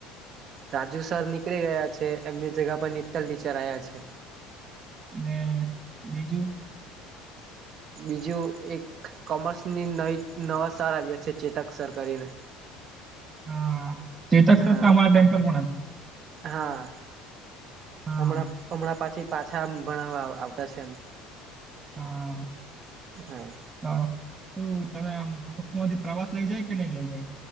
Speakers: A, on the right; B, on the right.
A: રાજુ સર નીકળી ગયા છે એમની જગા પર નીતલ ટીચર આયા છે
B: ને બીજું
A: બીજું એક કોમર્સની નવી નવા સર આવ્યા છે ચેતક સર કરીને
B: હા ચેતક સર
A: હા
B: તો અમારા ટાઈમ પર પણ હતા
A: હા
B: હા
A: હમણાં હમણાં પાછી પાછા ભણાવવા આવતા છે એમ
B: હા
A: હા
B: તો શું તમે આમાં સ્કૂલમાંથી પ્રવાસ લઈ જાય કે નઈ લઈ જાય